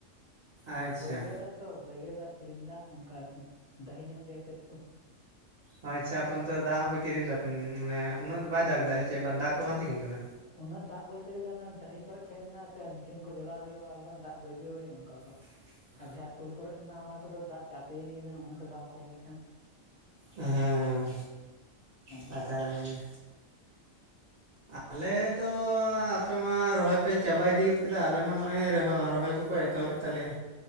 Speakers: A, on the right; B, on the left.
A: ᱟᱪᱪᱷᱟ
B: ᱵᱟᱹᱭᱜᱟᱹᱣ ᱫᱟᱜ ᱛᱚ ᱵᱟᱹᱭᱜᱟᱹᱣ ᱫᱟᱜ, ᱠᱤᱨᱤᱧ ᱫᱟᱜ ᱚᱱᱠᱟ ᱟᱨᱠᱤ᱾ ᱰᱟᱹᱦᱤ ᱧᱚᱜ ᱜᱮᱭᱟ ᱠᱷᱮᱛ ᱠᱚ᱾
A: ᱳ ᱟᱪᱪᱷᱟ ᱟᱯᱮ ᱚᱱᱛᱮ ᱫᱟᱜ ᱦᱚᱸ ᱯᱮ ᱠᱤᱨᱤᱧ ᱫᱟᱯᱮ᱾ ᱢᱟᱱᱮ ᱩᱱᱟᱹᱜ ᱫᱚ ᱵᱟᱭ
B: ᱦᱩᱸ
A: ᱫᱟᱜᱽ ᱮᱫᱟ
B: ᱦᱩᱸ
A: ᱥᱮ ᱪᱮᱫ ᱵᱟᱝ ᱫᱟᱜᱽ ᱠᱚ ᱵᱟᱝ ᱛᱤᱸᱜᱩᱱ ᱠᱟᱱᱟ?
B: ᱩᱱᱟᱹᱜ ᱫᱟᱜ ᱵᱚᱞᱛᱮ ᱜᱮᱞᱮ ᱚᱱᱟ ᱰᱟᱹᱦᱤᱨᱮ ᱠᱷᱮᱛ ᱩᱱᱟᱹᱜ ᱫᱟᱜ ᱩᱱᱟᱹᱜ ᱫᱟᱜ ᱵᱚᱞᱛᱮ ᱜᱮᱞᱮ ᱚᱱᱟ ᱰᱟᱺᱦᱤ ᱠᱚᱨᱮ ᱠᱷᱮᱛ ᱢᱮᱱᱟᱜᱼᱟ ᱥᱮ ᱟᱨ ᱢᱮᱥᱤᱱ ᱠᱚ ᱡᱚᱲᱟᱣ ᱦᱩᱭᱩᱜᱼᱟ ᱟᱨ ᱵᱟᱝᱠᱷᱟᱱ ᱫᱟᱜ ᱵᱟᱹᱭᱟᱜᱟᱣ ᱦᱩᱭᱩᱜᱼᱟ ᱚᱱᱠᱟ ᱠᱚ᱾
A: <inaudible>
B: ᱟᱨ ᱡᱟᱦᱟᱸ ᱥᱳᱞ ᱠᱚᱨᱮᱜ ᱢᱮᱱᱟᱜᱼᱟ ᱚᱱᱟ ᱠᱚᱫᱚ ᱫᱟᱜ ᱪᱟᱯᱮᱭ ᱠᱟᱱᱟ ᱚᱱᱟ ᱠᱚ ᱵᱟᱝ ᱠᱚᱢ ᱞᱮᱠᱷᱟᱱ᱾
A: ᱦᱮᱸ
B: ᱚᱱᱠᱟ
A: ᱠᱟᱛᱷᱟ
B: ᱟᱨᱠᱤ
A: ᱠᱟᱱ ᱜᱮᱭᱟ᱾ ᱟᱞᱮ ᱫᱚ ᱟ ᱟᱯᱮ ᱢᱟ ᱨᱚᱦᱚᱭ ᱯᱮ ᱪᱟᱵᱟ ᱤᱫᱤ ᱜᱚᱫ ᱠᱮᱫᱟ᱾ ᱟᱞᱮ ᱢᱟ ᱱᱚᱜᱼᱚᱭ ᱨᱚᱦᱚᱭ ᱠᱚᱠᱚ ᱮᱛᱚᱦᱚᱵᱮᱫ ᱛᱟᱞᱮᱭᱟ᱾